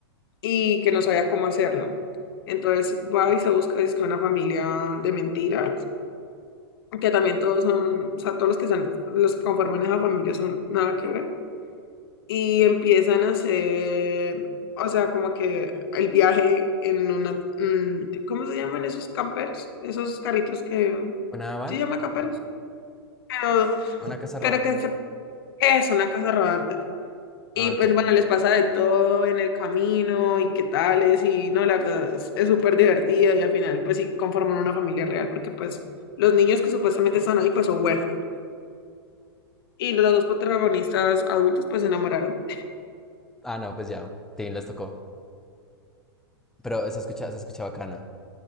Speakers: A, on the left; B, in the centre.
A: y que no sabía cómo hacerlo. Entonces va y se busca dizque una familia de mentiras, que también todos son, o sea, todos los que son, los que conforman esa familia son nada que ver. Y empiezan a hacer, o sea, como que el viaje en una, mm, ¿cómo se llaman esos campers? Esos carritos que,
B: ¿Una van?
A: ¿sí ¿se llama camperos? Pero,
B: ¿Una casa rodante?
A: pero que se- es una casa rodante.
B: Ah,
A: Y pues
B: ok.
A: bueno, les pasa de todo en el camino y qué tales y no, la verdad es es súper divertida y al final pues sí conforman una familia real porque pues los niños que supuestamente están ahí pues son huérfanos y los dos protagonistas adultos pues se enamoraron.
B: Ah, no, pues ya, Tim les tocó. Pero se escucha, se escucha bacana.